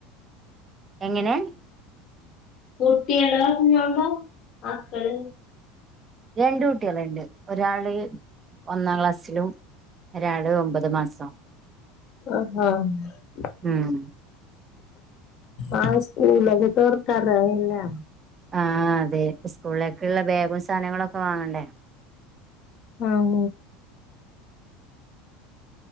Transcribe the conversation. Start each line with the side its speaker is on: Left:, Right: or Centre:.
Right: എങ്ങനെ
Left: കുട്ടിയുള്ള കുഞ്ഞോണ്ടോ മക്കള്
Right: രണ്ട് കുട്ടികളുണ്ട് ഒരാള് ഒന്നാം ക്ലാസ്സിലും ഒരാള് ഒമ്പത് മാസം
Left: ആഹ
Right: ഉം
Left: ആ സ്കൂളോകെ തൊറക്കാറായില്ലേ
Right: ആഹ അതെ സ്കൂളിലേക്ക്ള്ള ബേഗും സാനങ്ങളൊക്കെ വാങ്ങണ്ടേ
Left: ആഹ